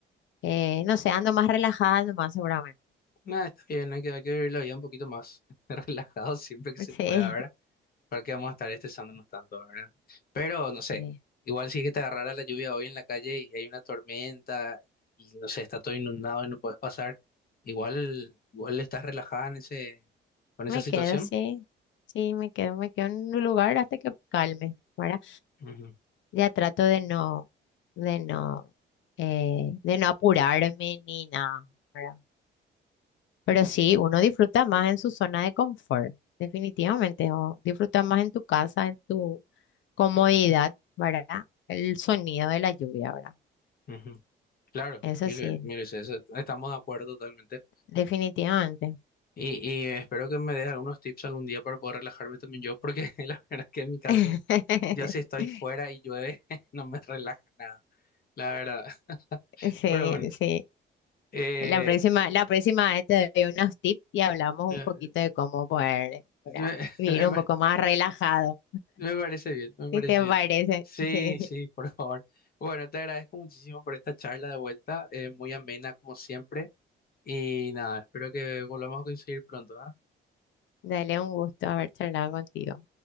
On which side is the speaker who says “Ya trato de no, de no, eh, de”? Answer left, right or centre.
Left